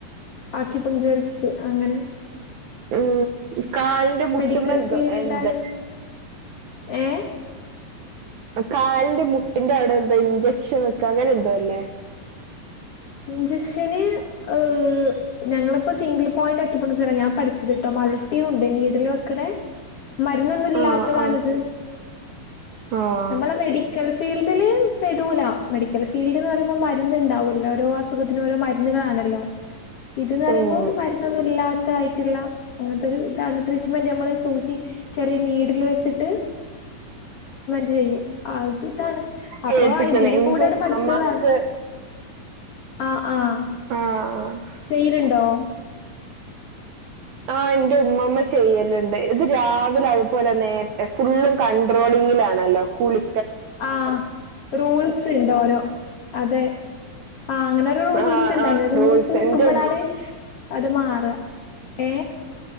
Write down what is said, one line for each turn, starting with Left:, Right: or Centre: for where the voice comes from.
Left: അക്യൂപക്ചേഴ്സ് അങ്ങനെ
Right: ഉം കാലിന്റെ മുട്ടുമ്മ
Left: മെഡിക്കൽ
Right: എന്തോ
Left: ഫീൽഡായി
Right: എന്ത്
Left: ഏഹ്
Right: കാലിന്റെ മുട്ടിന്റെ അവിടെ എന്തോ ഇൻജക്ഷൻ വെക്കുക അങ്ങനെ എന്തോ അല്ലേ?
Left: ഇഞ്ചെക്ഷന് ഹ് ഞങ്ങളിപ്പോ സിംഗിൾ പോയിന്റ് ആക്കിപഞ്ചർ ഞാൻ പഠിച്ചതട്ടോ മൾട്ടിയുണ്ട് നീഡില് വെക്കണേ മരുന്നൊന്നും ഇല്ലാത്തതാണിത്
Right: ആഹ് ആഹ് ആഹ്
Left: നമ്മളെ മെഡിക്കൽ ഫീൽഡില് പെടൂല മെഡിക്കൽ ഫീൽഡ് എന്ന് പറയുമ്പോ മരുന്ന്ണ്ടാവുല്ലോ? ഓരോ അസുഖത്തിന് ഓരോ മരുന്നുകളാണല്ലോ ഇത്നറയ്‌പോ
Right: ഉം
Left: മരുന്നൊന്നുല്ല ായിട്ടുള്ള അങ്ങനത്തെ ഒരു ഇതാണ് ട്രീറ്റ്മെന്റ് നമ്മൾ സൂചി ചെറിയ നീഡിൽ വെച്ചിട്ട് ചെയും അത് ഇതാണ് അപ്പൊ
Right: കേട്ട്ക്ക്ണ്
Left: ഇതിന്റെ
Right: ഇന്റെ
Left: കൂടെണ്
Right: ഉമ്മമ്മാക്ക്
Left: പഠിച്ചതാണ്. ആ ആ
Right: ആഹ
Left: ചെയല്ണ്ടോ?
Right: ആഹ എന്റെ ഉമ്മമ്മ ചെയ്യലുണ്ട് ഇത് രാവിലെ അതുപോലെ നേരത്തെ ഫുൾ കണ്ടട്രോളിങ്ങിലാണല്ലോ കുളി
Left: ആഹ റൂൾസ് ഉണ്ട് ഓരോ അതെ. ആഹ അങ്ങനൊരു റൂൾസ്
Right: ആഹ്
Left: ഉണ്ട്
Right: ആഹ്
Left: അങ്ങനെ റൂൾസ് നിക്കുമ്പളാണ്
Right: ഇന്റെ ഉമ്മ
Left: അത് മാറ ഏ